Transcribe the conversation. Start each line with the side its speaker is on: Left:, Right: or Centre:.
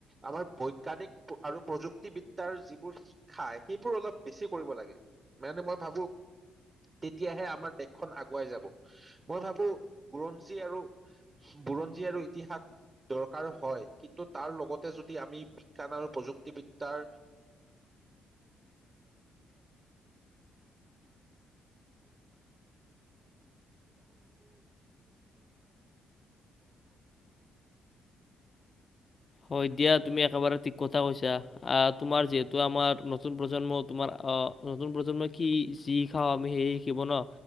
Right: আমাৰ বৈজ্ঞানিক আৰু প্ৰযুক্তিবিদ্যাৰ যিবোৰ শিক্ষা সেইবোৰ অলপ বেছি কৰিব লাগে মানে মই ভাবো তেতিয়াহে আমাৰ দেশখন আগুৱাই যাব মই ভাবো বুৰঞ্জী আৰু বুৰঞ্জী আৰু ইতিহাস দৰকাৰ হয়। কিন্তু তাৰ লগতে যদি আমি বিজ্ঞান আৰু প্ৰযুক্তিবিদ্যাৰ
Left: হয় দিয়া তুমি একেবাৰে ঠিক কথা কৈছা আ তোমাৰ যিহেতু আমাৰ নতুন প্ৰজন্ম তোমাৰ অ নতুন প্ৰজন্মই কি যি খাও আমি সেই শিকিব ন